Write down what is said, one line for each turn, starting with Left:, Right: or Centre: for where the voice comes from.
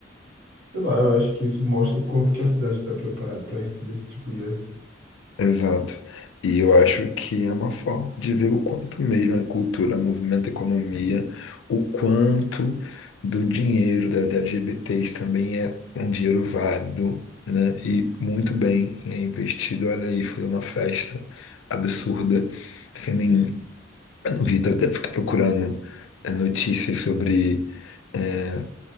Right: sei lá, eu acho que isso mostra quanto que a cidade está preparada para receber esse tipo de ajuda.
Left: Exato. E eu acho que é uma forma de ver o quanto mesmo a cultura, movimento, economia, o quanto do dinheiro das LGBTs também é um dinheiro válido, né? E muito bem é investido. Olha aí, foi uma festa absurda, sem nenhum. Eu não vi, até fiquei procurando eh, notícias sobre eh,